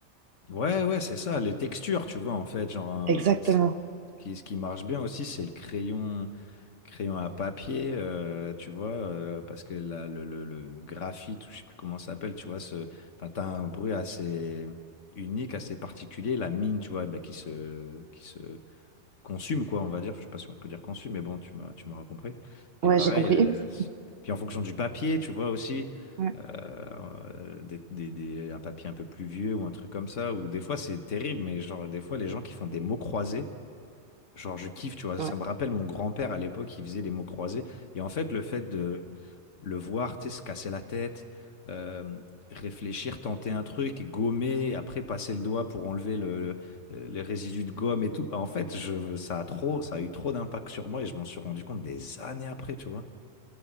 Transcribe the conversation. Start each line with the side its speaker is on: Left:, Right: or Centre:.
Left: Ouais, ouais, c'est ça. Les textures, tu vois, en fait, genre, un-
Right: Exactement.
Left: ce qui, ce qui marche bien aussi, c'est le crayon. Crayon à papier, euh, tu vois, euh, parce que là, le, le, le- le graphite, ou je sais plus comment ça s'appelle, tu vois, ce, enfin, t'as un bruit assez unique, assez particulier, la mine, tu vois, bah, qui se, qui se consume, quoi, on va dire. Je sais pas si on peut dire consume, mais bon, tu m'as, tu m'auras compris. Et
Right: Ouais,
Left: pareil,
Right: j'ai compris.
Left: euh, c- puis en fonction du papier, tu vois aussi,
Right: Ouais,
Left: euh, des, des, des- un papier un peu plus vieux ou un truc comme ça, ou des fois c'est terrible, mais genre, des fois les gens qui font des mots croisés, Genre, je kiffe, tu vois.
Right: ouais.
Left: Ça me rappelle mon grand-père à l'époque, il faisait des mots croisés. Et en fait, le fait de le voir, tu sais, se casser la tête, euh, réfléchir, tenter un truc, et gommer, après passer le doigt pour enlever le, le- les résidus de gomme et tout. En fait, je, ça a trop, ça a eu trop d'impact sur moi et je m'en suis rendu compte des années après, tu vois.